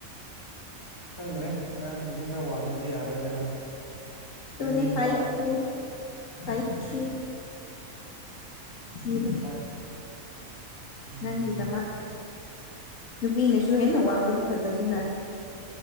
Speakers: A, on the left; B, on the left.
A: ꯈꯪꯗ꯭ꯔꯦ ꯑꯉꯥꯡꯁꯤꯡꯁꯦ ꯈꯔ ꯋꯥꯡꯗ꯭ꯔꯗꯤ ꯌꯥꯔꯣꯏꯗꯅ ꯅꯪꯗꯤ
B: ꯇ
A: ꯅꯨꯄꯥ
B: ꯐꯥꯏꯚ ꯇꯨ ꯐꯥꯏꯚ ꯊ꯭ꯔꯤ ꯊ
A: ꯐꯥꯏꯚ ꯎꯝ
B: ꯅꯪꯤꯗ ꯃꯛ ꯅꯨꯄꯤꯅꯁꯨ ꯍꯦꯟꯅ ꯋꯥꯡꯕꯗ ꯐꯖꯅꯤꯅ